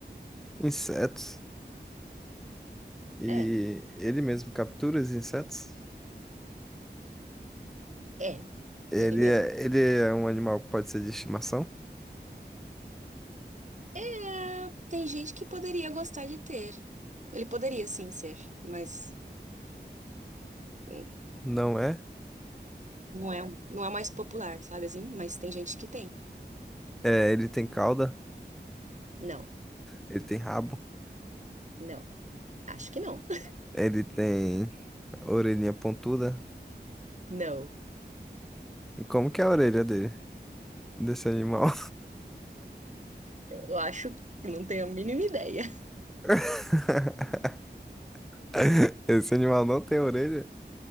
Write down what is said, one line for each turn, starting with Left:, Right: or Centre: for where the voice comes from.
Centre: Insetos. E
Right: É,
Centre: ele mesmo captura os insetos?
Right: é.
Centre: Ele
Right: Ele mesmo.
Centre: é, ele é um animal que pode ser de estimação?
Right: É, tem gente que poderia gostar de ter. Ele poderia sim ser, mas hum,
Centre: Não é?
Right: não é, não é mais popular, sabe assim? Mas tem gente que tem.
Centre: É, ele tem cauda,
Right: Não,
Centre: ele tem rabo,
Right: não. Acho que não. <laughs>
Centre: ele tem orelhinha pontuda.
Right: Não.
Centre: E como que é a orelha dele, desse animal?
Right: Eu acho que não tenho a mínima ideia.
Centre: <laughs> <laughs> Esse animal não tem orelha?